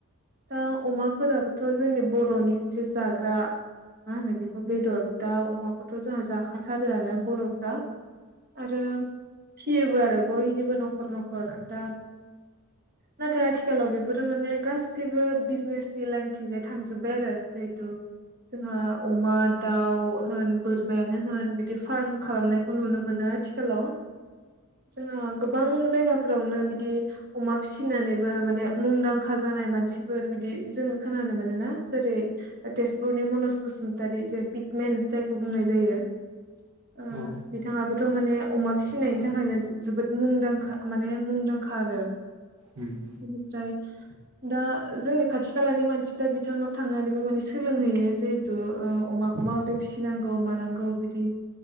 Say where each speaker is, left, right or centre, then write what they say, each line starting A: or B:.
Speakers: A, on the right; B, on the right.
A: दा अमाफोराबोथ' जोंनि बर'नि मोनसे जाग्रा मा होनो बेखौ बेदर दा अमाखौथ' जोंहा जाखाथारोआनो बर'फ्रा। आरो फियोबो आरो बयनिबो न'खर न'खर दा नाथाय आथिखालाव बेफोरो माने गासैबो बिजनेसनि लाइनथिंजाय थांजोब बाय आरो जिहेथु जोंहा अमा, दाउ होन बोरमायानो होन बिदि फार्म खालामनायखौ नुनो मोनो आथिखालाव। जोंहा गोबां जायगाफोरावनो बिदि अमा फिसिनानैबो माने मुंदांखा जा जानाय मानसिफोर बिदि जोङो खोनानो मोनोना जेरै तेजपुरनि मनुज बसुमतारी जे फिग मेन जायखौ बुंनाय जायो। ओ
B: औ
A: बिथांआबोथ' माने अमा फिसिनायनि थाखायनो जो-जोबोद मुंदांखा माने मुंदांखा आरो। बिनिफ्राय
B: उम उम
A: दा जोंनि खाथि खालानि मानसिफ्रा बिथांनाव थांनानैबो माने सोलोंहैयो जिहेथु ओ अमाखौ माबोरै फि फिनांगौ मानांगौ बिदि